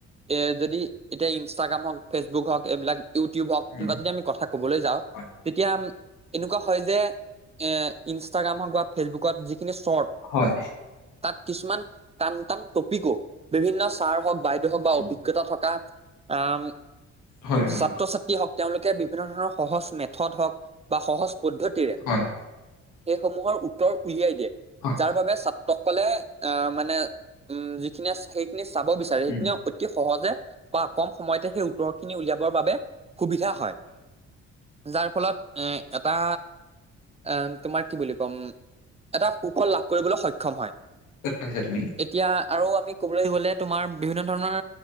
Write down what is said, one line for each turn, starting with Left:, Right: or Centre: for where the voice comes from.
Right: এ যদি এতিয়া ইনষ্টাগ্ৰাম হক, ফেচবুক হওক এইবিলাক ইউটিউব হওক
Left: উম,
Right: কিবা যদি আমি কথা ক'বলৈ যাওঁ
Left: হয়,
Right: তেতিয়া এনেকুৱা হয় যে এ ইনষ্টাগ্ৰাম হওক বা ফেচবুকত যিখিনি শ্বৰ্ট
Left: হয়।
Right: তাত কিছুমান টান - টান টপিকো, বিভিন্ন ছাৰ হওঁক, বাইদেউ হওক বা
Left: উম,
Right: অভিজ্ঞতা থকা আম
Left: হয়, হয়।
Right: ছাত্ৰ-ছাত্ৰী হওঁক তেওঁলোকে বিভিন্ন ধৰণৰ সহজ মেথত হওক বা সহজ পদ্ধতিৰে
Left: হয়,
Right: সেইসমূহৰ উত্তৰ উলিয়াই দিয়ে,
Left: হয়,
Right: যাৰ বাবে ছাত্ৰকলে আ মানে উম যিখিনিয়ে সেইখিনি চাব বিচাৰে
Left: উম,
Right: সেইখিনি অতি সহজে বা কম সময়তে সেই উত্তৰখিনি উলিয়াবৰ বাবে সুবিধা হয়। যাৰ ফলত এ এটা এ তোমাৰ কি বুলি ক'ম, এটা সুফল লাভ কৰিবলৈ সক্ষম হয়।
Left: ভাবিছা তুমি?
Right: এতিয়া আৰু আমি ক'বলৈ গলে তোমাৰ বিভিন্ন ধৰণৰ